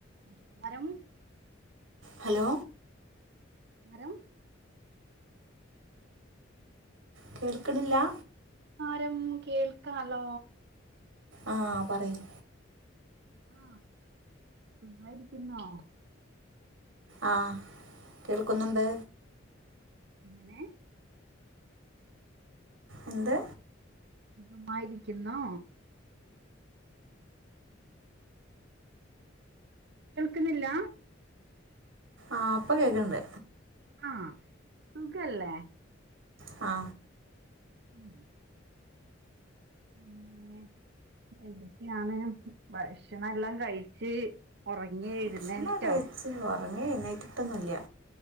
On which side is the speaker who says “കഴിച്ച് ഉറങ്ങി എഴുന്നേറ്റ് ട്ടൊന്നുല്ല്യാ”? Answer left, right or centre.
Right